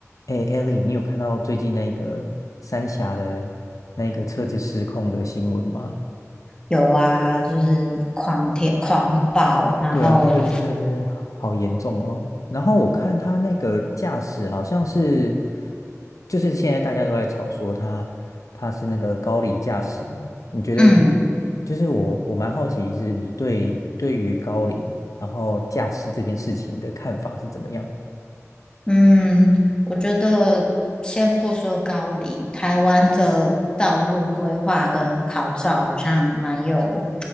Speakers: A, on the left; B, on the left.
A: 哎，Ellie，你有看到最近那个三峡的那个车子失控的新闻吗？
B: 有啊，就是狂舔狂暴，然后
A: 对啊，那个真的是好严重哦。然后我看他那个驾驶好像是，就是现在大家都在吵说他他是那个高龄驾驶嘛。你觉得，
B: 嗯，
A: 就是我我蛮好奇是你对对于高龄然后驾驶这件事情的看法是怎么样？
B: 嗯，我觉得先不说高龄，台湾的道路规划跟考照好像蛮有，